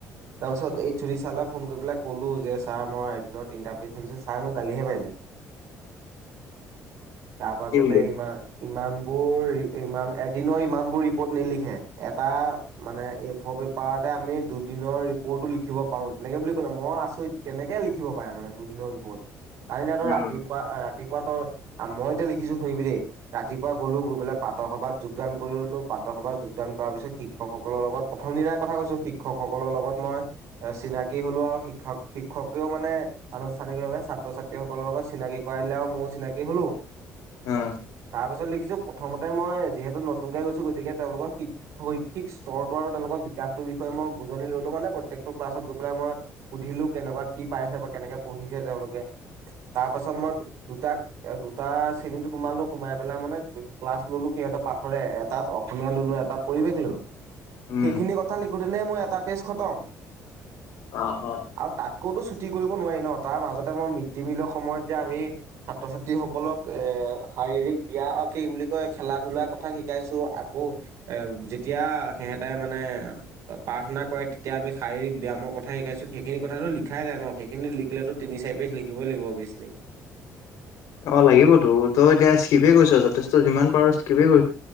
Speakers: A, on the right; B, on the left.
A: তাৰ পিছত এইচ অ' দি চাৰলে ফোন কৰি পেলাই ক'লো যে- ছাৰ, মই এদিনত তিনটা পেজ লিখিছোঁ, ছাৰে মোক গালিহে পাৰিলে।
B: <inaudible>
A: তাৰপৰা ক'লে
B: বুলি
A: ইমান ইমান বোৰ, ইমান এদিনত ইমান বোৰ ৰিপৰ্ট নিলিখে, এটা মানে এই পেপাৰতে আমি দুদিনৰ ৰিপৰ্টটো লিখিব পাৰো, তেনেকে বুলি ক'লে। মই আচৰিত, কেনেকে লিখিব পাৰে মানে দুদিনৰ ৰিপৰ্ট। কাইলে আৰু
B: উম
A: ৰাতিপুৱা ৰা- ৰাতিপুৱা তোৰ, মই এতিয়া লিখিছো শুনিবি দেই, ৰাতিপুৱা গ'লো, গৈ পেলাই প্ৰাত সভাত যোগদান কৰি ল'লো প্ৰাত সভাত যোগান কৰাৰ পিছত, শিক্ষকসকলৰ লগত প্ৰথম দিনাৰ কথা কৈছো, শিক শিক্ষকসকলৰ লগত মই চিনাকি হ'লো আৰু শিক্ষক- শিক্ষকেও মানে আনুষ্ঠানিকভাৱে ছা ছাত্ৰ-ছাত্ৰীসকলৰ লগত চিনাকি কৰাই দিলে আৰু ময়ো চিনাকি হ'লো,
B: অ
A: তাৰ পিছত লিখিছো প্ৰথমতে, মই যিহেতু নতুনকৈ গৈছো গতিকে, তেওঁলোকৰ শৈক্ষিক স্তৰটো আৰু তেওঁলোকৰ বিকাশটোৰ প্ৰথমে মই বুজনি ল'লো, মানে প্ৰত্যেকটো ক্লাছত গৈ পেলাই মই সুধিলো, কেনেকুৱা কি পাইছে বা কেনেকে পঢ়িছে তেওঁ লোকে। তাৰ পাছত মই দুটাক টাত শ্ৰেণীত সোমালো, সোমাই পেলাই মানে ক্লাছ ল'লো সিহতৰ পাঠৰে, এটাত অসমীয়া ল'লো, এটা খিলো,
B: উম
A: সেইখিনি কথা লিখোতেনেই মোৰ এটা পেজ খটম।
B: অ অ
A: আৰু তাতকৈতো চু তি কৰিব নোৱাৰি ন, তাৰ মাজতে ম মিড দি মিলৰ সময়ত যে আমি ছাত্ৰ - ছাত্ৰীসকলক এ শাৰীৰিক ব্যাম আৰু কি বুলি কয়, খেলা- ধূলাৰ কথা শিকাইছো, আকৌ এ যেতিয়া সিহে তাৰ মানে প্ৰাৰ্থনা কৰে, তেতিয়া আমি শাৰীৰিক ব্যায়ামৰ কথা শিকাইছো, সেইখিনি কথাটো লিখাই নাই ন, সেইখিনি লিখিলেতো তিন চাৰি পেছ লিখিবই লাগিব অবিএছলি।
B: অ লাগিবতো, তই এতিয়া স্কিপে কৰিছ, যথেষ্ট যিমান পাৰো স্কিপ ক